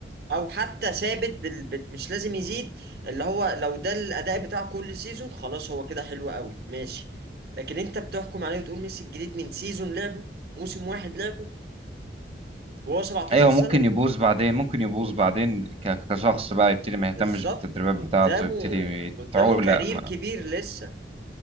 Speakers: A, on the right; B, on the right.
A: او حتى ثابت بال... بال... مش لازم يزيد اللي هو لو ده الاداء بتاعه كل سيزون خلاص هو كده حلو قوي ماشي لكن انت بتحكم عليه وتقول ميسي الجديد من سيزون لعبه موسم واحد لعبه وهو 17
B: ايوه
A: سنة
B: ممكن يبوظ بعدين ممكن يبوظ بعدين ك- كشخص بقى يبتدي ما يهتمش
A: بالظبط
B: بالتدريبات
A: قدامه
B: بتاعته يبتدي
A: قدامه
B: تعولق
A: كارير
B: ما
A: كبير لسه